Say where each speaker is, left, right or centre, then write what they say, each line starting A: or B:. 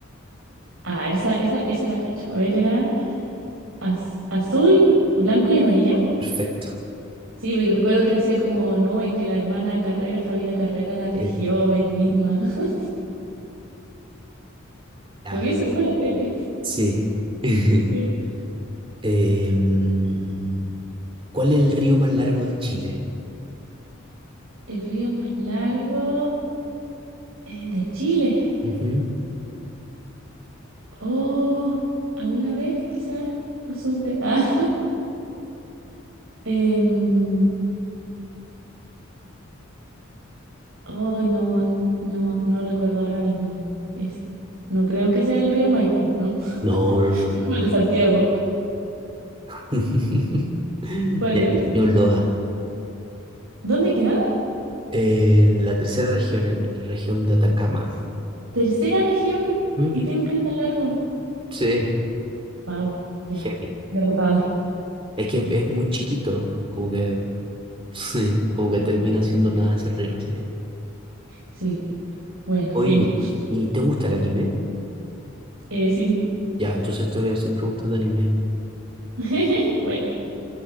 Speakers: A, on the right; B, on the right.
A: Ah, esa, esa, esa la cacho. A ver, era az- azul, blanco y amarillo.
B: Perfecto.
A: Sí, porque recuerdo que decía como no, y que la hermana Carrera, Javiera Carrera, la tejió
B: Sí.
A: ella misma. <laughs>
B: A
A: Lo vi
B: ver.
A: hace poco en la tele.
B: Sí. <laughs>
A: Sí.
B: Em, ¿cuál es el río más largo de Chile?
A: El río más largo es de Chile.
B: Ujú.
A: Oh, alguna vez quizás lo supe. Ah, <laughs> em, ay, no, no, no recuerdo ahora mismo. Es, no creo que sea el río Maipo, ¿no? <laughs>
B: No, no, no,
A: Como
B: no.
A: el de Santiago.
B: <laughs>
A: ¿Cuál
B: Ya,
A: es?
B: yo lo
A: ¿Dónde queda?
B: En la tercera región, en la región de Atacama.
A: Tercera región.
B: ¿Mm?
A: Y tiene un río tan largo.
B: Sí,
A: Wow, ya.
B: heavy.
A: Derrotada.
B: Es que es muy chiquito, como que, <laughs> sí, como que termina siendo nada ese río, sí.
A: Sí. Bueno,
B: Oye,
A: fin.
B: ¿y te gusta el anime?
A: Eh, sí.
B: Ya, entonces te voy a hacer preguntas de anime.
A: <laughs> Buena.